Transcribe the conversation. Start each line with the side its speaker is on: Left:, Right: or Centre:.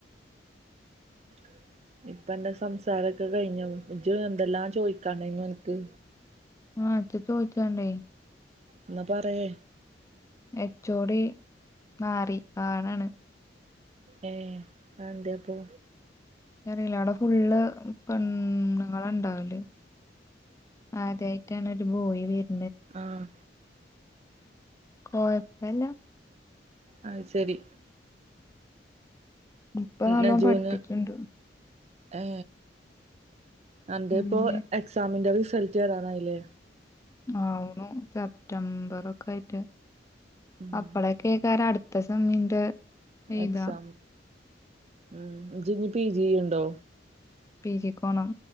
Right: <inaudible> ഇപ്പ എന്റെ സംസാരൊക്കെ കഴിഞ്ഞോ ഇജ്ജ് എന്തെല്ലാം ചോയ്ക്കാണ്ടായിനു എന്ക്ക്
Left: ആഹ ഇച് ചോയ്ച്ചണ്ടേ
Right: എന്നാ പറയ്
Left: എച്ചോടി മാറി പാടാണ്
Right: ഏ ആന്തെപ്പോ
Left: അറില്ല അവിടെ ഫുള്ള് പെണ്ണ്ങ്ങള ഉണ്ടാവല് ആദ്യായിട്ടാണ് ഒരു ബോയി വര്
Right: ആഹ
Left: കോഴപ്പല്ല
Right: അത് ശരി
Left: ഇപ്പ നല്ലോം
Right: നജൂന്
Left: പഠിപ്പിക്ക്ണ്ട്
Right: ഏ അന്റെ
Left: ഇഞ്ഞ്
Right: ഇപ്പോ എക്സാമിന്റെ റിസൾട്ട് വരാറായില്ലേ
Left: ആവണു സെപ്റ്റംബറ ഒക്കെ ആയിട്ട്
Right: ഉം
Left: അപ്പളൊ കേ കേക്കാ അട ത്ത സെമ്മിന്റെ എഴുതാ
Right: എക്സാം. ഉം ഇനി പി ജി ചെയ്യണ്ടോ?
Left: പി ജിക്ക് പോണം.